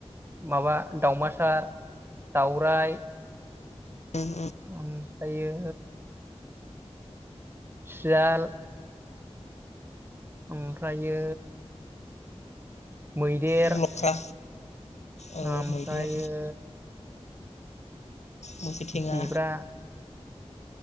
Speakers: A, on the right; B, on the left.
A: माबा दावमासार, दाउराइ
B: <inaudible>
A: ओमफ्रायो सियाल ओमफ्रायो मैदेर,
B: उम लख्रा औ
A: आमफ्रायो
B: मैदेर, मैसो थेङा
A: जेब्रा,